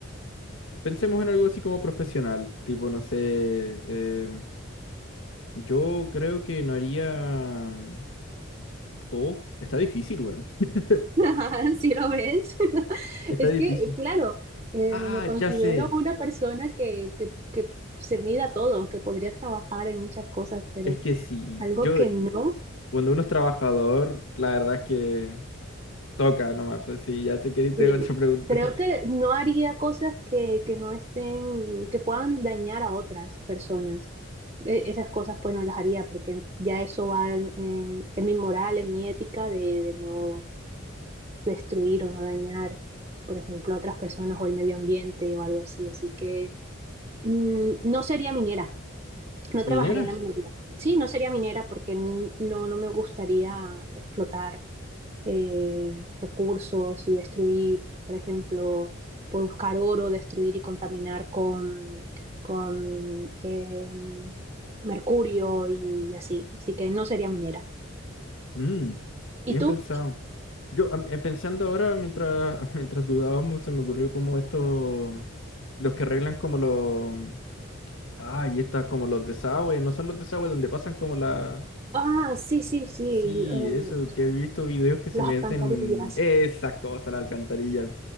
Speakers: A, on the left; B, on the right.
A: Pensemos en algo así como profesional, tipo, no sé, eh, yo creo que no haría... mm, Oh, está difícil, weón. <laughs>
B: <laughs> si lo ves, <laughs>
A: Está
B: es
A: difícil.
B: que, eh, claro, eh,
A: Ah,
B: me considero
A: ya sé.
B: una persona que, que, que se mida todo, que podría trabajar en muchas cosas, pero
A: Es que sí,
B: algo
A: yo,
B: que no,
A: cuando uno es trabajador, la verdad es que toca nomás, pues sí, ya sé que ni tengo
B: sí,
A: otra pregunta.
B: creo
A: <laughs>
B: que no haría cosas que, que no estén, que puedan dañar a otras personas. E- Esas cosas pues no las haría porque ya eso va en, en- en mi moral, en mi ética de, de no, destruir o no dañar, por ejemplo, a otras personas o el medio ambiente o algo así. Así que mm, no sería minera, no
A: ¿Minera?
B: trabajaría en la minería. Sí, no sería minera porque n- no, no me gustaría explotar eh, recursos y destruir, por ejemplo, por buscar oro, destruir y contaminar con, con eh, mercurio y así. Así que no sería minera.
A: Mm,
B: ¿Y
A: bien
B: tú?
A: pensado. Yo am- eh, pensando ahora, mientras, <laughs> mientras dudábamos, se me ocurrió como estos, los que arreglan como los, ay, estas como los desagües, no son los desagües donde pasan como la,
B: Ah, sí, sí, sí,
A: sí,
B: l- eh,
A: eso, que he visto videos que se
B: las
A: meten,
B: alcantarillas.
A: esas cosas, la alcantarilla.